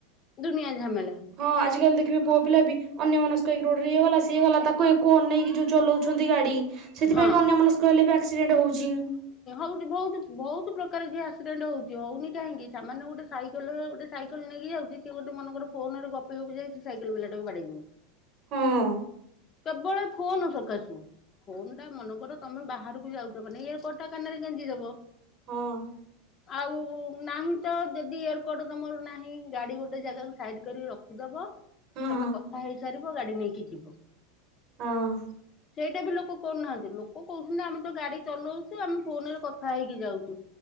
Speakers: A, on the left; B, on the right.
A: ଦୁନିଆ ଝାମେଲା।
B: ହଁ ଆଜିକାଲି ଦେଖିବେ ପୁଅ ପିଲା ବି ଅନ୍ୟମନସ୍କ ହେଇକି ରୋଡ ଇଏ ଗଲା ସିଏଗଲା ତାକୁ ଏକକୁ ଅନେଇକି ଯୋଉ ଚଲାଉଛନ୍ତି ଗାଡି। ସେଥିପାଇଁ
A: ହଁ।
B: ବି ଅନ୍ୟ ମନସ୍କ ହେଲେ ବି ଆକ୍ସିଡେଣ୍ଟ ହଉଛି।
A: ହ ବହୁତ ବହୁତ ପ୍ରକାର ଯିଏ ଆକ୍ସିଡେଣ୍ଟ ହଉଛି ହଉନି କାହିଁକି ସାାମନ୍ୟ ଗୋଟେ ସାଇକେଲ ଗୋଟେ ସାଇକେଲ ନେଇକି ଯାଉଛି? ସେ ଗୋଟ ମନେକର ଫୋନରେ ଗପି ଗପି ଯାଇ ସେ ସାଇକେଲ ବାଲାଟାକୁ ବାଡେଇ ଦଉଛି।
B: ହଁ।
A: କେବଳ ଏ ଫୋନ ସକାସେ। ଫୋନ୍ ଟା ମନେ କର ତମେ ବାହାରକୁ ଯାଉଛ ମାନେ ଇଅର କଡ୍ ଟା କାନାରେ ଗେଞ୍ଚିଦେବ।
B: ହଁ।
A: ଆଉ ନାହିଁ ତ ଯଦି ଏୟର କଡ୍ ତମର ନାହିଁ ଗାଡି ଗୋଟେ ଜାଗାକୁ ସାଇଡ କରିକି ରଖିଦବ।
B: ହଁ
A: ତମେ କଥା ହେଇସାରିବ ଗାଡି ନେଇକି ଯିବ।
B: ହଁ।
A: ସେଇଟା ବି ଲୋକ କରୁନାହାନ୍ତି ଲୋକ କହୁଛନ୍ତି ଆମେ ତ ଗାଡି ଚଲଉଛୁ। ଆମେ ଫୋନରେ କଥା ହେଇକି ଯାଉଛୁ